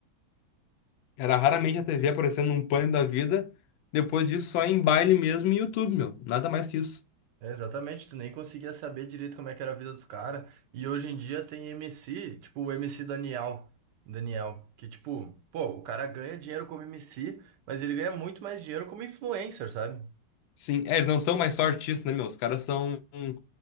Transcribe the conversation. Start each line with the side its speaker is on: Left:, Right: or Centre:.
Left: Era raramente a TV aparecendo num pânico da vida. Depois disso, só em baile mesmo e YouTube, meu. Nada mais que isso.
Right: É, Exatamente, tu nem conseguia saber direito como é que era a vida dos caras. E hoje em dia tem MC, tipo o MC Daniel, Daniel, que tipo, pô, o cara ganha dinheiro como MC, mas ele ganha muito mais dinheiro como influencer, sabe?
Left: Sim, é, eles não são mais só artistas, né, meu? Os caras são hum,